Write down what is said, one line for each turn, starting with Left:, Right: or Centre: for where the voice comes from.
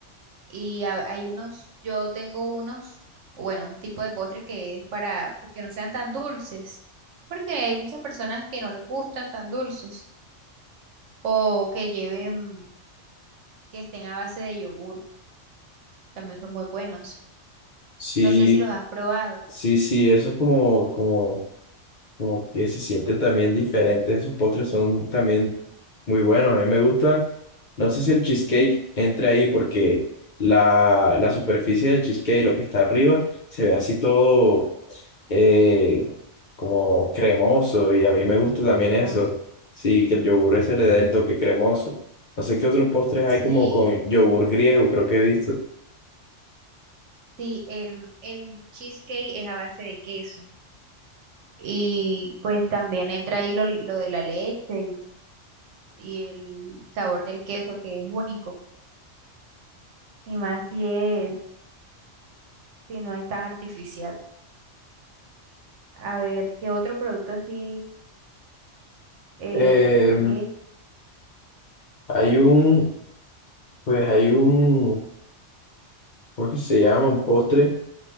Right: Y ha- hay unos, yo tengo unos, bueno, un tipo de postre que es para que no sean tan dulces, porque hay muchas personas que no les gustan tan dulces, o que lleven, que estén a base de yogur, también son muy buenos.
Left: Sí,
Right: No sé si los has probado.
Left: sí, sí, eso es como, como, como que se siente también diferente. Esos postres son también muy buenos. A mí me gusta. No sé si el cheesecake entra ahí porque la, la superficie del cheesecake, lo que está arriba, se ve así todo eh, como cremoso y a mí me gusta también
Right: Cremoso.
Left: eso. Sí, que el yogur ese le dé el toque cremoso. No sé qué otros postres hay
Right: Sí,
Left: como con yogur griego, creo que he visto.
Right: sí, em, el cheesecake es a base de queso. Y pues también entra ahí lo, lo de la leche y, y el sabor del queso que es único. Y más si es, si no es tan artificial. A ver, ¿qué otro producto así eh,
Left: Eh,
Right: he hecho?
Left: hay un, pues hay un, ¿cómo es que se llama? Un postre